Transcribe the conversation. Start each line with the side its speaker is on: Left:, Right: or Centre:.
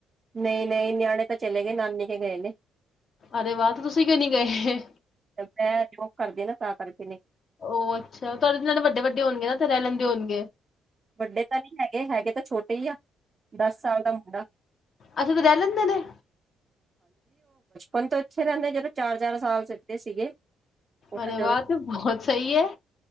Right: ਨਹੀਂ ਨਹੀਂ ਨਿਆਣੇ ਤਾਂ ਚਲੇ ਗਏ ਨਾਨੀ ਕੇ ਗਏ ਨੇ
Left: ਅਰੇ ਵਾਹ ਤੇ ਤੁਸੀਂ ਕਿਉਂ ਨਹੀਂੀ ਗਏ
Right: ਮੈਂ ਜੋਬ ਕਰਦੀ ਨਾ ਤਾਂ ਕਰਦੇ
Left: ਉਹ ਅੱਛਾ ਤੁਹਾਡੇ ਨਾਲੇ ਵੱਡੇ ਵੱਡੇ ਹੋਣਗੇ ਨਾ ਤੇ ਰਹਿ ਲੈਂਦੇ ਹੋਣਗੇ
Right: ਵੱਡੇ ਤਾਂ ਨਹੀਂ ਹੈਗੇ ਹੈਗੇ ਤਾਂ ਛੋਟੇ ਹੀ ਆ ਦਸ ਸਾਲ ਦਾ ਮੁੰਡਾ
Left: ਅੱਛਾ ਤੇ ਰਹਿ ਲੈਂਦੇ ਨੇ
Right: ਹੁਣ ਤੋਂ ਅੱਛੇ ਰਹਿੰਦੇ ਜਦੋਂ ਚਾਰ ਚਾਰ ਸਾਲ ਸਿੱਧੇ ਸੀਗੇ ਉਹ
Left: ਅਰੇ
Right: ਤਾਂ ਜਦੋਂ
Left: ਵਾਹ ਏਂ ਤੇ ਬਹੁਤ ਸਹੀ ਹੈ